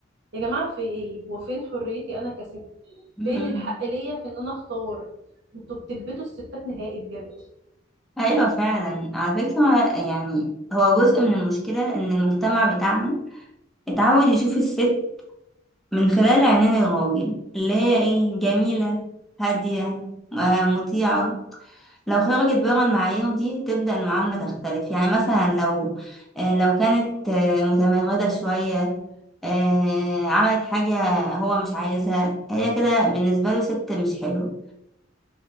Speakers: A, on the right (about 60°); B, in the centre.
A: يا جماعه في ايه هو فين حريتي انا كست
B: مم.
A: فين الحق ليا في ان انا اختار انتوا بتكبتوا الستات نهائي بجد
B: ايوه فعلا على فكره يعني هو جزء من المشكله ان المجتمع بتاعنا اتعود يشوف الست من خلال عينين الراجل اللي هي ايه جميله هاديه آه، مطيعه لو خرجت بره المعايير دي تبدا المعامله تختلف يعني مثلا لو آه، لو كانت آه، متمرده شويه آه، عملت حاجه هو مش عايزها هي كده بالنسبه له ست مش حلوه